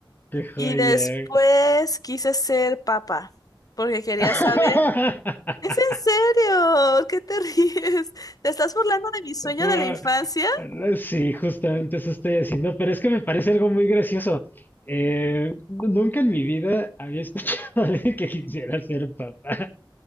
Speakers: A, on the left; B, on the left.
A: joyer.
B: Y después quise ser papa porque quería
A: <laughs>
B: saber. ¿Es en serio? ¿Por ¿Qué te <laughs> ríes? ¿Te estás burlando de mi sueño
A: Gua-
B: de la infancia?
A: Sí, justamente eso estoy haciendo, pero es que me parece algo muy gracioso. Eh, nunca en mi vida había escuchado <laughs> a alguien que quisiera ser papá.